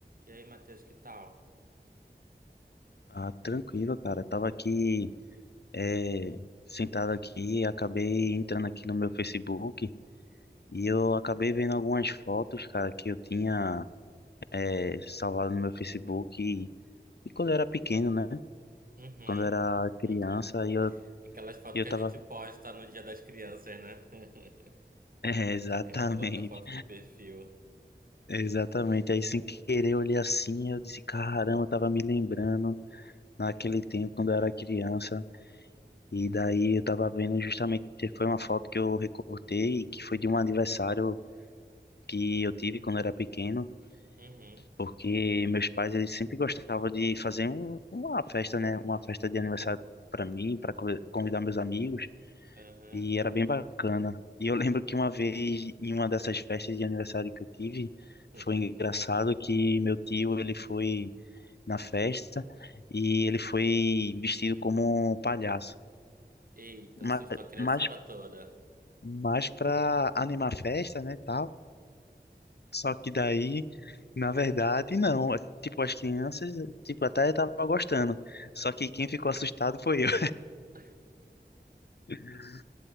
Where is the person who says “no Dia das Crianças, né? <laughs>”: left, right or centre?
Right